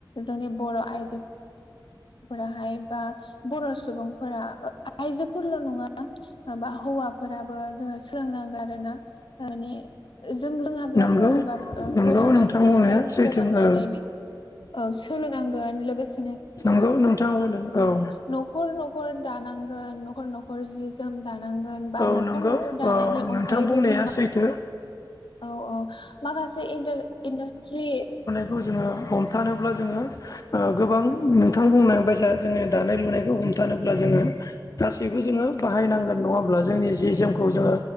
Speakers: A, on the left; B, on the left.
A: जोंनि बर' आइजो फोराहाय बा बर' सुबुंफोरा आइजोफोरल' नङा बा हौवाफोराबो जोङो सोलोंनांगोन आरोना मानानि जों रोङा अब्लाबो
B: नंगौ
A: सोरबा
B: नंगौ
A: गोरों
B: नोंथां
A: सुबुंनिफ्राय
B: बुंनाया सैथो
A: सोलोंनानै
B: ओ
A: औ सोलोंनांगोन लोगोसे
B: नंगौ नोंथाङा बुंदों औ
A: न'खर न'खर दानांगोन न'खर न'खर जि जोम दानांगोन बा
B: औ
A: न'खर
B: नंगौ
A: न'खर दानायनि
B: ओ नोंथां
A: अनगायैबो
B: बुंनाया
A: जों माखासे
B: सैथो
A: औ औ माखासे इन्डासट्रि
B: बे खौ जोङो हमथानोब्ला जोङो। गोबां
A: औ
B: नोंथां बुंनांबायसा जोंङो दानाय लुनायखौ हमथानोब्ला जोंङो गासैबो
A: उम
B: जोङो बाहायनांगोन नङाब्ला जोंनि जि जोमखौ जोङो